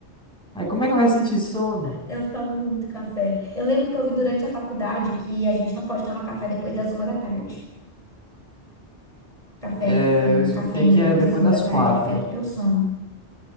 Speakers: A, in the centre; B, on the left.
A: Aí como é que vai sentir sono?
B: Eu tomo muito café. Eu lembro que eu vi durante a faculdade que a gente não pode tomar café depois das uma da tarde. Café,
A: É,
B: café,
A: eu escutei
B: cafeína
A: que é
B: depois
A: depois
B: das uma
A: das
B: da tarde
A: quatro.
B: afeta o teu sono.